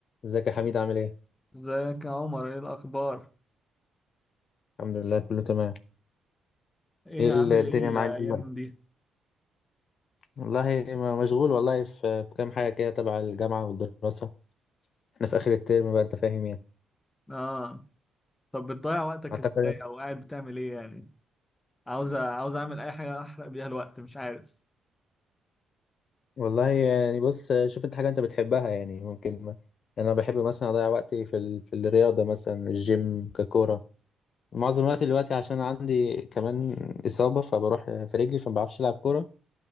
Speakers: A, on the left (about 55°); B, on the left (about 20°).
A: ازيك يا حميد عامل ايه؟
B: ازيك يا عمر ايه الاخبار
A: الحمد لله كله تمام
B: ايه
A: ايه
B: عامل
A: ال- الدنيا
B: ايه الايام
A: معاك دي بقى؟
B: دي
A: والله ما- مشغول والله في في كام حاجة كده تبع الجامعة والدراسة احنا في آخر الترم بقى انت فاهم يعني
B: اه طب بتضيع وقتك
A: اعتقد
B: ازاي او قاعد بتعمل ايه يعني عاوز عاوز اعمل اي حاجه احرق بيها الوقت مش عارف
A: والله يعني بص شوف انت حاجة انت بتحبها يعني ممكن ما. يعني انا بحب مثلا اضيع وقتي في ال... في الرياضة مثلا الجيم ككورة معظم وقتي دلوقتي عشان عندي كمان إصابة فبروح في رجلي فما بعرفش ألعب كورة